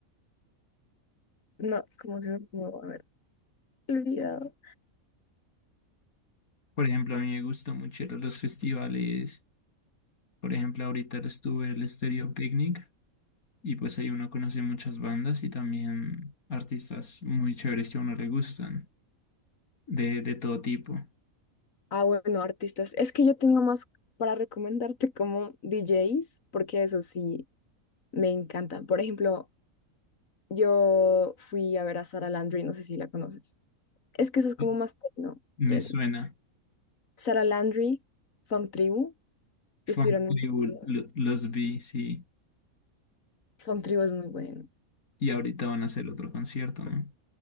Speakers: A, on the left; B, on the left.
A: No, ¿cómo se me pudo haber olvidado?
B: Por ejemplo, a mí me gusta mucho ir a los festivales. Por ejemplo, ahorita estuve el Stereo Picnic y pues ahí uno conoce muchas bandas y también artistas muy chéveres que a uno le gustan, de, de todo tipo.
A: Ah, bueno, artistas. Es que yo tengo más para recomendarte como DJs, porque eso sí me encantan. Por ejemplo, Yo fui a ver a Sara Landry, no sé si la conoces. Es que eso es como
B: Sí.
A: más techno
B: Me
A: y así.
B: suena.
A: Sara Landry, Fun Tribu,
B: Funk
A: que estuvieron en
B: Tribu,
A: la universidad.
B: lo- los vi, sí.
A: Fun Tribu es muy bueno,
B: Y ahorita van a hacer otro concierto, ¿no?